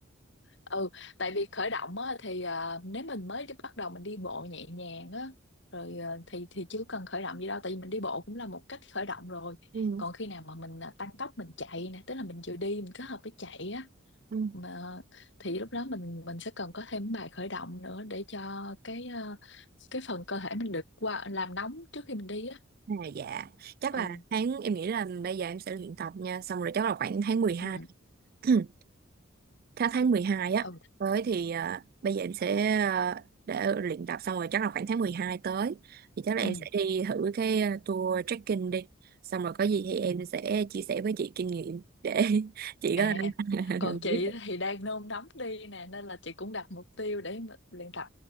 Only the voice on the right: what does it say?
ừ
ừ
à, dạ chắc
là tháng em nghĩ là bây giờ em sẽ luyện tập nha xong rồi chắc là khoảng tháng 12
<clears throat> tháng tháng 12 á
tới thì ờ, bây giờ em sẽ ờ, để luyện tập xong rồi chắc là khoảng tháng 12 tới thì chắc là
em sẽ đi thử cái ờ, tour trekking đi xong rồi có gì thì em sẽ chia sẻ với chị kinh nghiệm để <laughs> chị
có <laughs>
làm
quyết